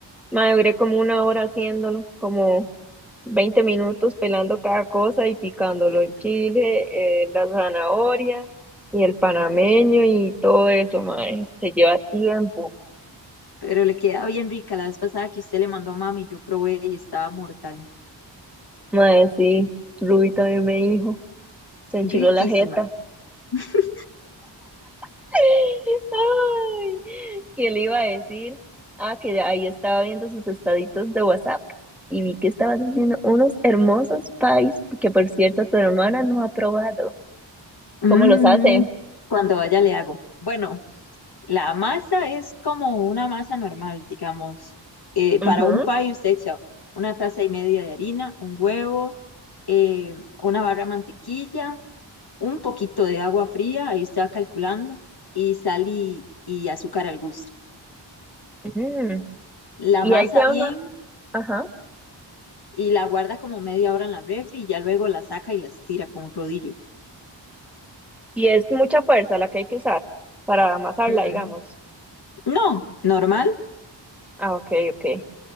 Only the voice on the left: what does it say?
pero le queda bien rica. La vez pasada que usted le mandó a mami, yo probé y estaba mortal.
Riquísima.
<laughs>
Mm,
cuando vaya le hago. Bueno, la masa es como una masa normal, digamos. Eh, para
un pie usted echa una taza y media de harina, un huevo, eh, una barra de mantequilla, un poquito de agua fría, ahí usted va calculando, y sal y, y azúcar al gusto.
La
masa
bien
y la guarda como media hora en la refri y ya luego la saca y la estira con un rodillo.
Mm,
No, normal.